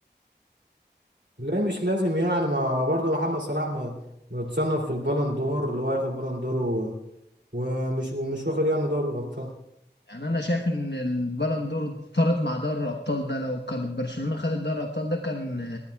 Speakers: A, on the right (about 85°); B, on the left (about 75°).
A: لا مش لازم يعني ما هو برضه محمد صلاح ما- متصنف في البالون دور اللي هو ياخد بالون دور و- ومش ومش واخد يعني دوري الأبطال
B: يعني انا شايف ان البلندور طارت مع دوري الابطال ده لو كان برشلونه خدت دوري الابطال ده كان